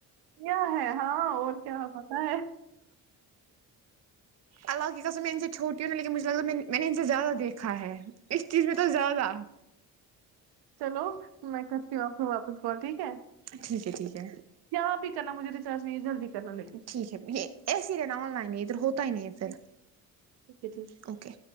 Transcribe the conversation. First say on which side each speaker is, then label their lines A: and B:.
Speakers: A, on the right; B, on the right.
A: کیا ہے ہاں اور کیا پتہ ہے
B: اللہ کی قسم میں ا ان سے چوٹی ہوںا لیکن مجھے لگتا ہے میں میں نے ان سے زیادہ دیکھا ہے اس چیز میں تو زیادہ
A: چلو میں کرتی ہوں آپ کو واپس کال ٹھیک ہے
B: ٹھیک ہے ٹھیک ہے
A: کیا آپ ہی کرنا مجھے ریچارج نہیں ہے جلدی کرنا لیکن
B: ٹھیک ہے یہ ایسے ہی رہنا آن لائن ہے ادھر ہوتا ہی نہیں ہے پھر
A: ٹھیک ہے ٹھیک
B: اوکے